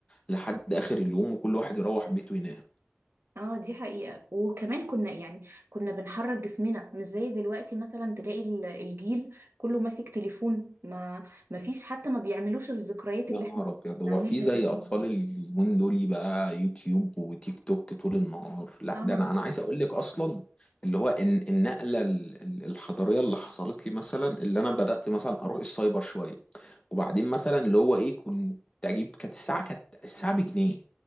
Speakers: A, on the left; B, on the right.
A: لحد اخر اليوم وكل واحد يروح بيته ينام
B: اه دي حقيقة وكمان كنا يعني كنا بنحرك جسمنا مش زي دلوقتي مثلا تلاقي ال- الجيل كله ماسك تليفون ما ما فيش حتى ما بيعملوش الذكريات
A: يا
B: اللي
A: نهار
B: احنا كنا
A: ابيض هو
B: بنعملها
A: في زي
B: زمان
A: اطفال اليومين دول بقى يوتيوب وتيك توك طول النهار لا
B: اه
A: ده انا انا عايز اقول لك اصلا اللي هو ان النقله ال- ال- الحضاريه اللي حصلت لي مثلا اللي انا بدات مثلا اروح السايبر شويه وبعدين مثلا اللي هو ايه كنت اجيب كانت الساعه كانت الساعه بجنيه